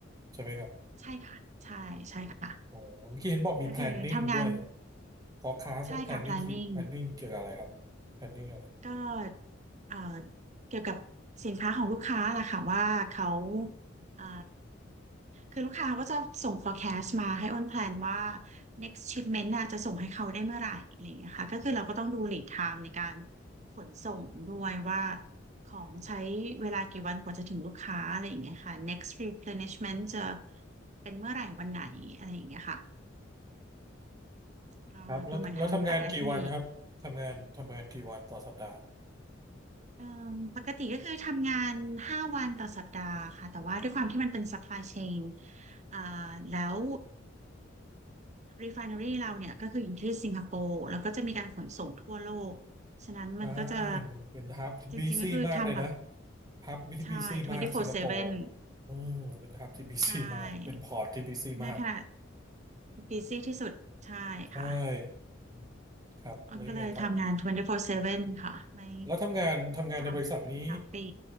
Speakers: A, on the right; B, on the right.
A: ใช่ไหมครับ
B: ใช่ค่ะใช่ใช่ค่ะ
A: อ๋อเมื่อกี้เห็นบอกมี
B: ก็คือทำงาน
A: planning ด้วย forecast
B: ใช่ค่ะ
A: และ planning
B: planning
A: คือ planning เกี่ยวกับอะไรครับ planning อะไร
B: ก็เอ่อเกี่ยวกับสินค้าของลูกค้าล่ะค่ะว่าเขาเอ่อคือลูกค้าก็จะส่ง forecast มาให้อ้นแพลนว่า next shipment น่ะจะส่งให้เขาได้เมื่อไหร่อะไรอย่างเงี้ยค่ะก็คือเราก็ต้องดู lead time ในการขนส่งด้วยว่าของใช้เวลากี่วันกว่าจะถึงลูกค้าอะไรอย่างเงี้ยค่ะ next replenishment จะเป็นเมื่อไหร่วันไหนอะไรอย่างเงี้ยค่ะก็ดูเหมันทำหลายหน้าที่
A: ครับแล้วแล้วทำงานกี่วันครับทำงานทำงานกี่วันต่อสัปดาห์
B: เอ่มปกติก็คือทำงานห้าวันต่อสัปดาห์ค่ะแต่ว่าด้วยความที่มันเป็น supply chain อ่าแล้ว refinery เราเนี่ยก็คืออยู่ที่สิงคโปร์แล้วก็จะมีการขนส่งทั่วโลกฉะนั้นมันก็จะ
A: ใช่มันเป็นฮับบีซี่มากเลยนะ
B: จริงๆก็คือทำแบบ
A: ฮับที่บีซี่มากสิงคโปร์
B: ใช่24/7
A: อืมเป็นฮับที่บีซี่มาก
B: ใช่
A: เป็นพอร์ตที่บีซี่มาก
B: ในขณะ busy ที่สุดใช่ค่ะ
A: ใช่อืมครับแล้วยังไงต่อ
B: อ้นก็เลยทำงาน24/7ค่ะไม่
A: แล้วทำงานทำงานในบริษัทนี้
B: สามสามปี